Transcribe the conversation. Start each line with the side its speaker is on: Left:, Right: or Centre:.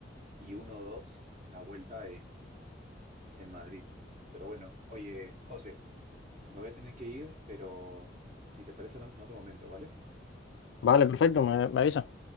Right: y uno dos la vuelta en, en Madrid. Pero bueno, oye, José, me voy a tener que ir, pero si te parece hablamos en otro momento, ¿vale?
Left: Vale, perfecto, me, me avisa.